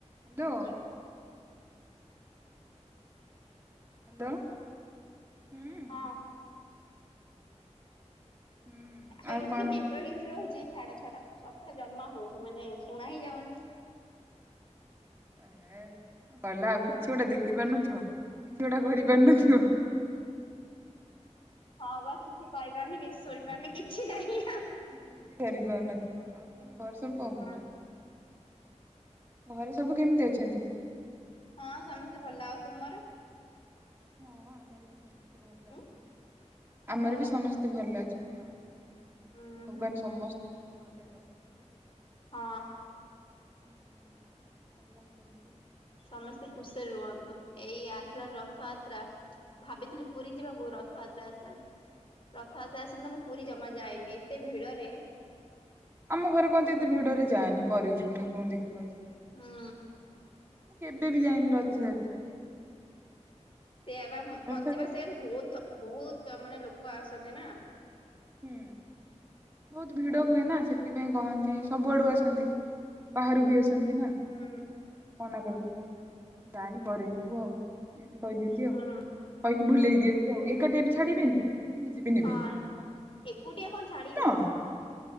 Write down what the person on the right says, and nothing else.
Hello. Hello ହଁ।
ହୁଁ।
ଆଉ
କଣ
ହେ ଗଲା ଆଉ କିଛି ଗୋଟେ ଦେଖି ପାରୁନଥିବ କିଛି ଗୋଟେ କରିପାରୁନଥିବ
କିଛି କରି ପାରୁନଥିବ ଆଉ ତମ ଘରେ ସବୁ କଣ
କରୁଛନ୍ତି? ଘରେ ସବୁ କେମିତି ଅଛନ୍ତି?
ହଁ ଆମର ବି ସମସ୍ତେ ଭଲ
ଅଛନ୍ତି ଆମର
ବି ସମସ୍ତେ ଭଲ ଅଛନ୍ତି। ଅଛନ୍ତି
ହଁ। ଭଗବାନ
ସମସ୍ତ ଭଲରେ ରଖନ୍ତୁ।
ହୁଁ ସମସ୍ତଙ୍କୁ
କାହା
ହଁ
ଆମ ଘରେ କହନ୍ତି ଏତେ ଭିଡ ରେ ଯାନି ପରେ ଯିବୁ ଠାକୁରଙ୍କୁ ଦେଖି। ଭଲସେ।
କେବେ ବି ଯାଇନି ରଥଯାତ୍ରାରେ।
ରଥ
ହୁଁ ବହୁତ ଭିଡ ହୁଏ ନା ସେଥିପାଇଁ କହନ୍ତି ସବୁଆଡୁ ଆସନ୍ତି ବାହାରୁ ବି ଆସ ସନ୍ତି ନା।
ମନା କରନ୍ତି ଯାନି ପରେ ଯିବୁ ଆଉ। ଏମିତି କହିଦିଅନ୍ତି
ଆଉ କହିକି
ଭୁଲେଇ ଦିଅନ୍ତି ଆଉ। ଟଙ୍କା ଟିଏବି ଛାଡ଼ିବେନି। ନିଯେବି ନେବେନି।
ନା